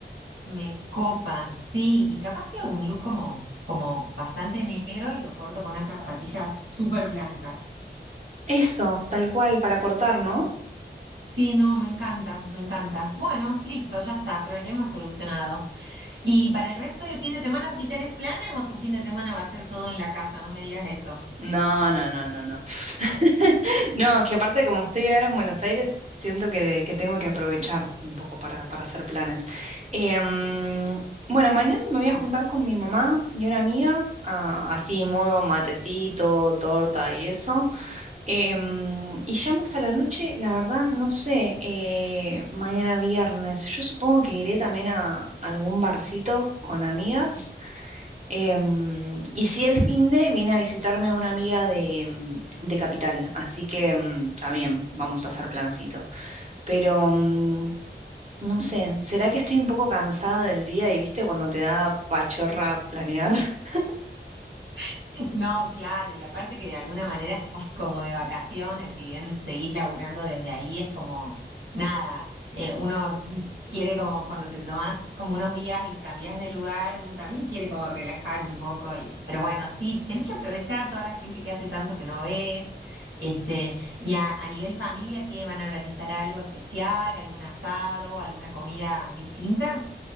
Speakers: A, on the right (about 80°); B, on the right (about 35°).
A: me copa. Sí, y capaz que un look como, como bastante negro y lo corto con unas zapatillas súper blancas.
B: Eso, tal cual, para cortar, ¿no?
A: Sí, no, me encanta, me encanta. Bueno, listo, ya está, problema solucionado. ¿Y para el resto del fin de semana sí tenés planes o tu fin de semana va a ser todo en la casa? No me digas eso.
B: No, no, no, no, no. <laughs> No, que aparte como estoy ahora en Buenos Aires, siento que, de- que tengo que aprovechar un poco para, para hacer planes. Em, bueno, mañana me voy a juntar con mi mamá y una amiga, ah, así modo matecito, torta y eso. Em, y ya más a la noche, la verdad, no sé, eh, mañana viernes, yo supongo que iré también a algún barcito con amigas. Em, y si el finde viene a visitarme una amiga de, mm, de Capital, así que mm, también vamos a hacer plancito. Pero mm, no sé, ¿será que estoy un poco cansada del día y viste cuando te da pachorra planear? <laughs>
A: <laughs> No, claro, y aparte que de alguna manera estás como de vacaciones, si bien seguís laburando desde ahí, es como nada, eh, uno quiere como cuando te tomás como unos días y cambiás de lugar, uno también quiere como relajar un poco, y, pero bueno, sí, tenés que aprovechar toda la gente que hace tanto que no ves, este, y a, a nivel familia, ¿qué van a organizar algo especial, algún asado, alguna comida distinta?